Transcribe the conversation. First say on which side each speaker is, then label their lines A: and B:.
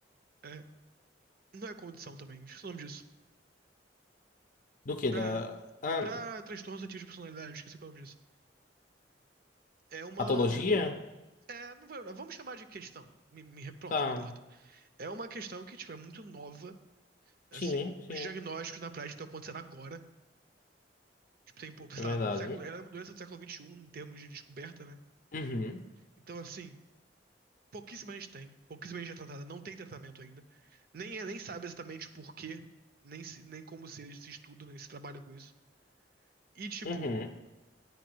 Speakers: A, on the right; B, on the left.
A: É, não é condição também. Esqueci o nome disso.
B: Do que?
A: Pra,
B: Da ah,
A: pra transtorno suscetível de personalidade, esqueci qual é o nome disso. É, é uma.
B: patologia?
A: É, não vou Vamos chamar de questão. Me, me- pronto,
B: Tá.
A: não importa. É uma questão que, tipo, é muito nova. Assim,
B: Sim,
A: os
B: sim.
A: diagnósticos na prática estão acontecendo agora. Tipo, tem,
B: É
A: sei
B: verdade.
A: lá, no século, ela é uma doença do século XXI em termos de descoberta, né?
B: Uhum,
A: Então, assim, pouquíssima gente tem, pouquíssima gente é tratada, não tem tratamento ainda. Nem, é, nem sabe exatamente o porquê, nem, se- nem como se, se estuda, nem se trabalha com isso. E, tipo,
B: uhum,